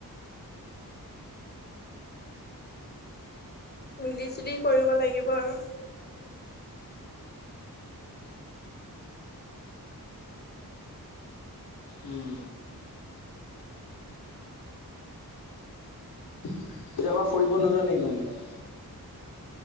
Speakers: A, on the left; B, on the left.
A: মিলি জুলি কৰিব লাগিব আৰু।
B: উম'। কেতিয়াবা ফুৰিব নোযোৱা নিকি গৰম বন্ধত?